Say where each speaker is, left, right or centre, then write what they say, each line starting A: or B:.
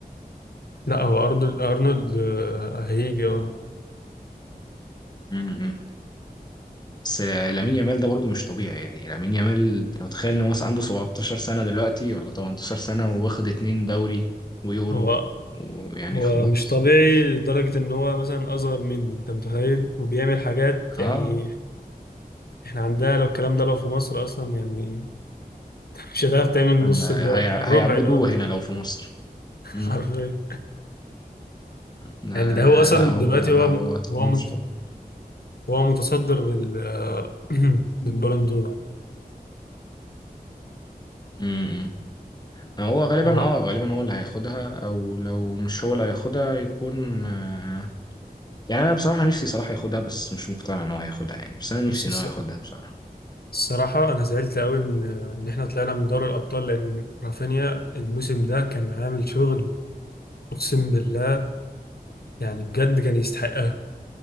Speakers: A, on the left; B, on the left.
A: لا هو ارنولد ارنولد آه، هيجي اه
B: م-م. بس لامين يامال ده برضه مش طبيعي يعني لامين يامال انت متخيل ان هو عنده 17 سنه دلوقتي ولا 18 سنه واخد اتنين دوري ويورو
A: هو
B: ويعني
A: هو
B: خلاص
A: مش طبيعي لدرجة ان هو مثلا اصغر مني انت متخيل وبيعمل حاجات
B: اه
A: يعني احنا عندنا لو الكلام ده لو في مصر اصلا يعني مش هتعرف تعمل نص
B: ده
A: اللي هو
B: هي...
A: الربع
B: هيعبدوه
A: اللي هو بيعمله
B: هنا لو في مصر
A: <laughs> حرفيا
B: امم لا
A: يعني ده هو اصلا
B: لا هو
A: دلوقتي هو
B: هو
A: هو
B: مش
A: مت-
B: طبيعي
A: هو متصدر لل <clears throat> للبالون دور
B: امم هو غالبا
A: هو
B: اه غالبا هو اللي هياخدها او لو مش هو اللي هياخدها يكون آه، يعني انا بصراحة نفسي صلاح ياخدها بس مش مقتنع ان هو ياخدها يعني بس انا نفسي
A: بس الص-
B: ان هو ياخدها بصراحة
A: الصراحة أنا زعلت أوي إن إن إحنا طلعنا من دوري الأبطال لأن رافينيا الموسم ده كان عامل شغل أقسم بالله يعني بجد كان يستحقها